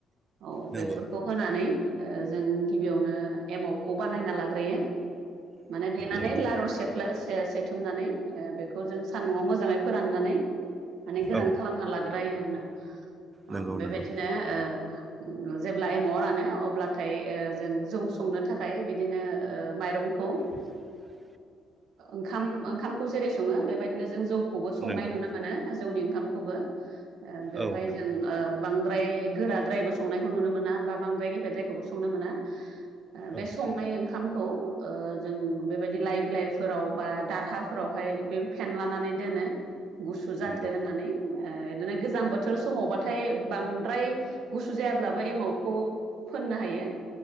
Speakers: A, on the right (about 75°); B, on the right (about 15°).
A: औ
B: नंगौ
A: बेफोरखौ होनानै ओ- जों गिबियावनो एमावखौ बानायना लाग्रोयो। माने देनानै
B: नंगौ
A: लारु सेफ्ला से सेथुमनानै ओ-बेखौ जों सान्दुंआव मोजाङै फोरानना माने गोरान
B: औ
A: खालामना लाग्रायो आरोना ओमफ्राय
B: नंगौ
A: बेबायदिनो
B: नंगौ
A: ओ- उम जेब्ला एमावा रानो अब्लाथाय ओ-जों जौ संनो थाखाय बिदिनो ओ-माइरंखौ
B: <inaudible>
A: ओंखाम ओंखामखौ जेरै सङो बेबायदिनो जों जौखौबो संनाय
B: नंगौ
A: नुनो। मोनो जौनि ओंखामखौबो ओ- बेवहाय
B: औ नंगौ
A: जों ओ- बांद्राय गोराद्रायबो संनायखौ नुनो मोना बा बांद्राय गेफेद्रायखौबो संनो मोना। ओ- बे
B: औ
A: संनाय ओंखाम। खौ ओ-जों बेबायदि लाइ बिलाइफोराव बा दारहाफोरावहाय बे फेनलानानै दोन गुसु जाथो
B: नंगौ
A: होननानै। ओ-बिदिनो गोजां बोथोर समावबाथाय बांद्राय गुसु जायाब्लाबो एमावखौ। फोननो हायो।